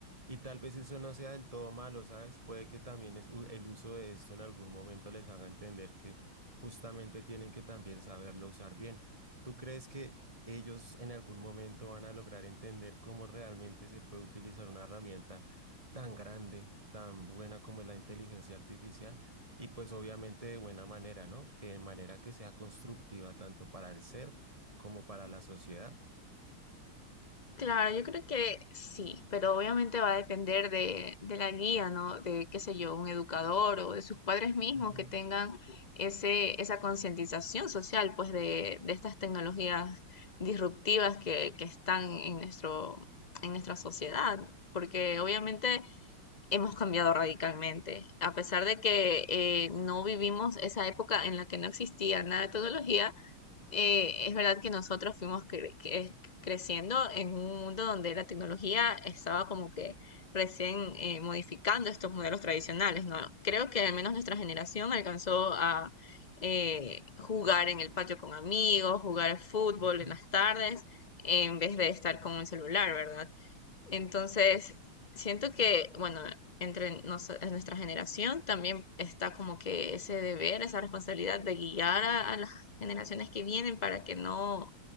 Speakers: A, on the right; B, on the left.
A: Y tal vez eso no sea del todo malo, ¿sabes? Puede que también es, u- el uso de esto en algún momento les haga entender que justamente tienen que también saberlo usar bien. ¿Tú crees que ellos en algún momento van a lograr entender cómo realmente se puede utilizar una herramienta tan grande, tan buena como es la inteligencia artificial, y pues obviamente de buena manera, ¿no? Que de manera que sea constructiva tanto para el ser como para la sociedad.
B: Claro, yo creo que sí, pero obviamente va a depender de, de la guía, ¿no? De, qué sé yo, un educador o de sus padres mismos
A: Ujú,
B: que tengan ese, esa concientización social, pues, de, de estas tecnologías disruptivas que, que están en nuestro, en nuestra sociedad, porque obviamente hemos cambiado radicalmente. A pesar de que eh, no vivimos esa época en la que no existía nada de tecnología, eh, es verdad que nosotros fuimos cre- que- creciendo en un mundo donde la tecnología estaba como que recién eh, modificando estos modelos tradicionales, ¿no? Creo que al menos nuestra generación alcanzó a eh, jugar en el patio con amigos, jugar al fútbol
A: ujú.
B: en las tardes, en vez de estar con un celular, ¿verdad? Entonces, siento que, bueno, entre nos- en nuestra generación también está como que ese deber, esa responsabilidad de guiar a, a las generaciones que vienen para que no,